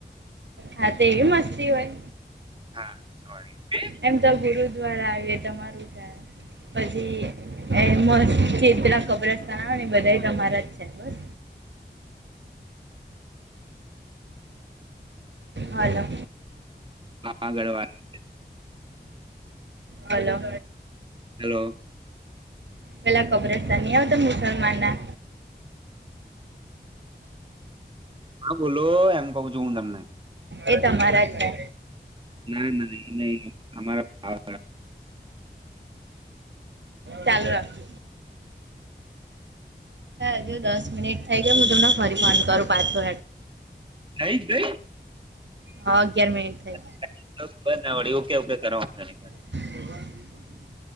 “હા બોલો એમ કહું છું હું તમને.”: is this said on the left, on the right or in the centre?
Right